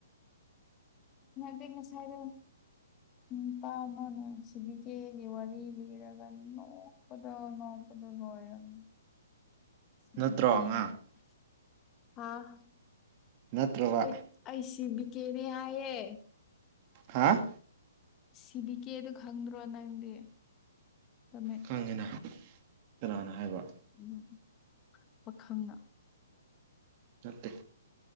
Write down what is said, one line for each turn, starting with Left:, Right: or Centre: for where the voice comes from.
Left: <unintelligible> ꯉꯁꯥꯏꯗꯣ ꯎꯝ ꯄꯥꯃꯅꯨꯡꯁꯤꯕꯤ ꯀꯦꯒꯤ ꯋꯥꯔꯤ ꯂꯤꯔꯒ ꯅꯣꯛꯄꯗꯣ ꯅꯣꯛꯄꯗꯣ ꯂꯣꯏꯔꯝꯃꯦ <unintelligible>
Right: ꯅꯠꯇ꯭ꯔꯣ ꯑꯉꯥꯡ
Left: ꯍꯥꯥ
Right: ꯅꯠꯇ꯭ꯔꯕ
Left: ꯑꯩ ꯑꯩꯁꯤ ꯕꯤꯀꯦꯅꯦ ꯍꯥꯏꯌꯦ
Right: ꯍꯥꯥ
Left: ꯁꯤꯕꯤ ꯀꯦꯗꫭ ꯈꯪꯗ꯭ꯔꯣ ꯅꯪꯗꯤ ꯇꯃꯦ
Right: ꯈꯪꯉꯤꯅ ꯀꯅꯥꯅ ꯍꯥꯏꯕ
Left: ꯑꯗꫭ ꯄꯥꯈꯪꯅ
Right: ꯅꯠꯇꯦ